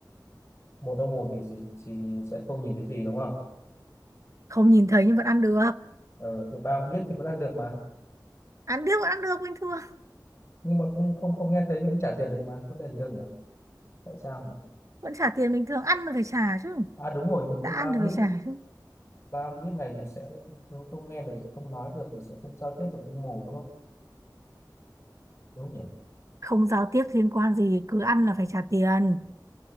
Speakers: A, on the left (about 30°); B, on the right (about 45°).
A: một trong một thì, thì, thì sẽ không nhìn thấy gì đúng không
B: không nhìn thấy nhưng vẫn ăn được
A: ừ, thì ba điếc thì vẫn ăn được mà
B: ăn điếc vẫn ăn được bình thường
A: nhưng mà cũng không không nghe thấy thì vẫn trả tiền được mà vấn đề gì đâu nhỉ tại sao nhỉ
B: vẫn trả tiền bình thường ăn là phải trả chứ
A: à đúng rồi nhưng
B: đã
A: biết
B: ăn
A: bao biết
B: thì phải trả chứ
A: bao biết này thì sẽ không không nghe được không nói được thì sẽ không giao tiếp được với mù đúng không đúng không nhỉ
B: không giao tiếp liên quan gì cứ ăn là phải trả tiền